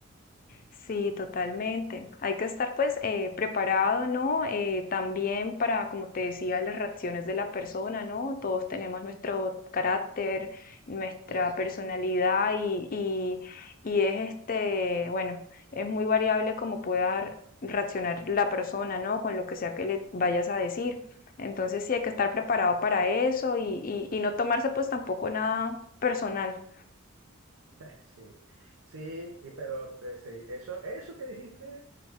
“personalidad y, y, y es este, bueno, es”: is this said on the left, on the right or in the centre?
Left